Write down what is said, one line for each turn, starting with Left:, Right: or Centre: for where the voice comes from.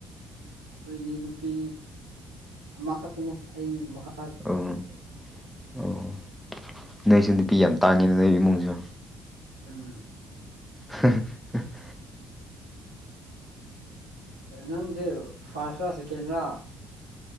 Right: ꯑꯩꯈꯣꯏꯗꯤ ꯅꯨꯄꯤ ꯑꯃꯈꯛꯇꯅꯤ ꯑꯩ ꯃꯈꯥ
Centre: ꯎꯝ ꯑꯣ ꯅꯣꯏꯁꯨ ꯅꯨꯄꯤ ꯌꯥꯝ ꯇꯥꯡꯉꯦꯅ ꯅꯣꯏ ꯏꯃꯨꯡꯁꯨ
Right: ꯎꯝ
Centre: <unintelligible>
Right: ꯅꯪꯁꯦ ꯐꯥꯔꯁꯔꯥ ꯁꯦꯀꯦꯟꯔ